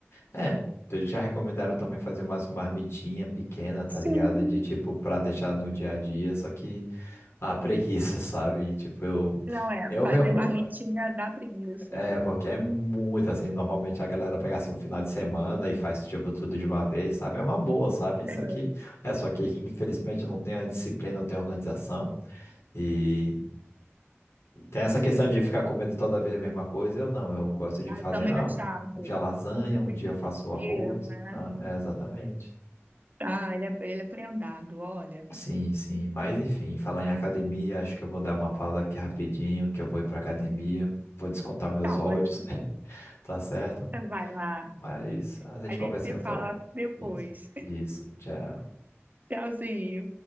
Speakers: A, on the left (about 65°); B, on the right (about 35°).
A: É, então eles já recomendaram também fazer umas marmitinhas pequenas, tá ligado?
B: Sim.
A: De tipo, pra deixar no dia a dia, só que a <laughs> preguiça, sabe? E, tipo, eu,
B: Não é,
A: eu
B: fazer
A: mesmo.
B: marmitinha dá preguiça.
A: É, é, porque é muito assim. Normalmente a galera pega assim o final de semana e faz tipo tudo de uma vez, sabe? É uma boa, sabe? Isso
B: É,
A: aqui É, só que infelizmente não tem a disciplina, não tem a organização. E tem essa questão de ficar comendo toda vez a mesma coisa. Eu não, eu gosto de fazer,
B: também
A: ah,
B: é
A: um
B: chato.
A: dia lasanha,
B: O
A: um
B: mesmo
A: dia eu faço
B: tempero,
A: arroz.
B: né?
A: Ah, é, exatamente.
B: Ah, ele é, ele é prendado, olha.
A: Sim, sim. Mas enfim, falar em academia, acho que eu vou dar uma pausa aqui rapidinho, que eu vou ir pra academia, vou descontar meus
B: Tá
A: ódios,
B: ótimo.
A: <laughs> tá certo?
B: Vai lá.
A: Mas a gente
B: A
A: conversa
B: gente se
A: em outra.
B: fala depois.
A: Isso,
B: <laughs>
A: isso, tchau.
B: Tchauzinho.